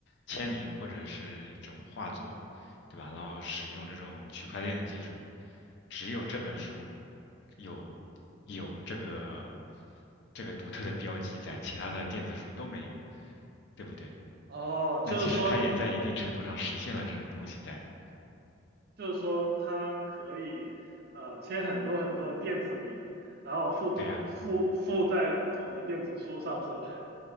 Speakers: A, on the left; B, on the right.
A: 签名或者是一种画作，对吧？然后使用这种区块链的技术，只有这本书有有这个这个独特的标记在，其他的电子书都没有，对不对？
B: 哦，
A: 那其实它也在一定程度上实现了这种东西在的，
B: 就是说，就是说，它可以呃签很多很多的电子名，然后附附附在不同的电子书上，
A: 对呀。
B: 是吧？